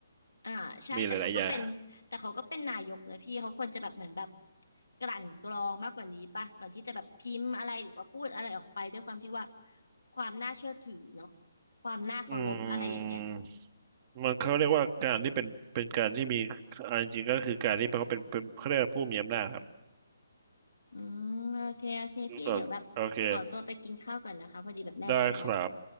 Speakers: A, on the left (about 85°); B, on the right (about 35°).
A: อ่าใช่แต่เขาก็เป็นแต่เขาก็เป็นนายกนะพี่เขาควรจะแบบเหมือนแบบ
B: มีหลายๆอย่าง
A: กลั่นกรองมากกว่านี้ป่ะก่อนที่จะแบบพิมพ์อะไรหรือว่าพูดอะไรออกไปด้วยความที่ว่าความน่าเชื่อถือเนาะความน่าเคารพอะไรอย่างเงี้ย
B: อืมมันเขาเรียกว่าการที่เป็นเป็นการที่มีอันจริงก็คือการที่เขาเป็นเป็นเขาเรียกว่าผู้มีอำนาจครับ
A: อืมโอเคโอเคพี่เดี๋ยวแบบขอตัวไปกินข้าวก่อนนะคะพอดีแบบแม่เรียกแล้ว
B: ต่อโอเค ได้ครับ